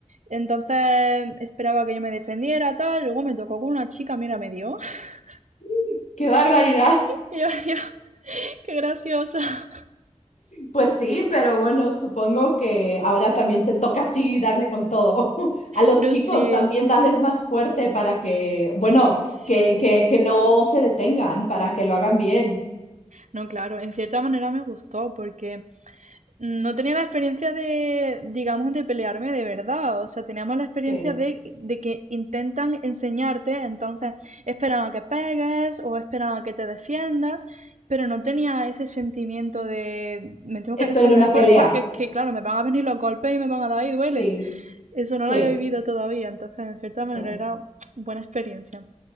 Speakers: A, on the right (about 75°); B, on the left (about 75°).
A: Entonces esperaba que yo me defendiera, tal. Luego me tocó con una chica, mira, me dio. <laughs>
B: <laughs> ¡Qué barbaridad!
A: Y yo, yo, qué graciosa.
B: Pues sí, pero bueno, supongo que ahora también te toca a ti darle con todo. <laughs> A los
A: No,
B: chicos
A: sí,
B: también darles más fuerte para que, bueno,
A: sí.
B: que, que, que no se detengan, para que lo hagan bien.
A: No, claro, en cierta manera me gustó porque No tenía la experiencia de, digamos, de pelearme de verdad. O sea, teníamos la experiencia
B: Sí.
A: de, de que intentan enseñarte, entonces esperan a que pegues o esperan a que te defiendas, pero no tenía ese sentimiento de me tengo
B: Estoy
A: que defender
B: en una
A: por-
B: pelea.
A: porque es que, claro, me van a venir los golpes y me van a dar y duele.
B: Sí,
A: Eso
B: sí,
A: no lo había vivido todavía, entonces, en cierta
B: sí.
A: manera, era buena experiencia.